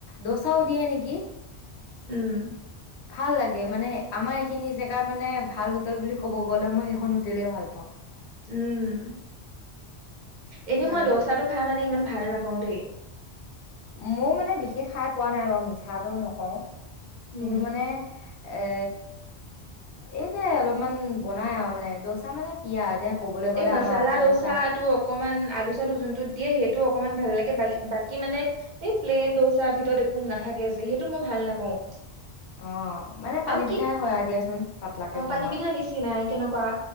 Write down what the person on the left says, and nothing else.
দ'চাও দিয়ে নেকি
ভাল লাগে মানে আমাৰ এইখিনি জেগাৰ মানে ভাল হোটেল বুলি ক'ব গ'লে মই সেইখন হোটেলে ভাল পাওঁ
ভাল
লাগে
মোৰ মানে বিশেষ খাই পোৱা নাই বাৰু, মিছাটো নকওঁ
কিন্তু মানে এ, এই যে অলপমান বনাই আও মানে, দ'চা মানে কি আৰু এতিয়া ক'বলৈ গ'লে
আমাৰ অসমীয়া
ভাষাত
অ' মানে পানী
পিঠাই হয় আও দিয়াচোন পাতলাকে
বনোৱা